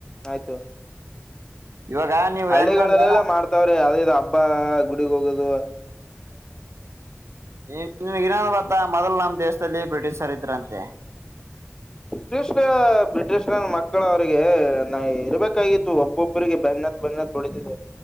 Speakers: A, on the left; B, on the right.
A: ಆಯ್ತು.
B: ಇವಾಗ ನೀವ್
A: ಹಳ್ಳಿಗಳಲ್ಲೆಲ್ಲ
B: ಹೆಂಗಂದ್ರ
A: ಮಾಡ್ತಾವ್ರಿ ಯಾವದ ಇದು ಹಬ್ಬ ಗುಡಿಗ್ ಹೋಗದು.
B: ನಿನಗ ಇನ್ನೊಂದು ಗೊತ್ತಾ ಮೊದಲು ನಮ್ ದೆಸ್. ದಲ್ಲಿ ಬ್ರಿಟಿಷರ್ ಇದ್ರಂತೆ.
A: ಬ್ರಿಟಿಷ್ ಬ್ರಿಟಿಷ ನ ಮಕ್ಕಳ ಅವ್ರರಿಗೆ ನಾ ಇರಬೇಕಾಗಿತ್ತು ಒಬ್ಬೊಬ್ಬರಿಗೆ ಬೆನ್. ಬೆನ್ ಹತ್ತಿ ಬಂದು ಹೊಡಿತಿದ್ದೆ.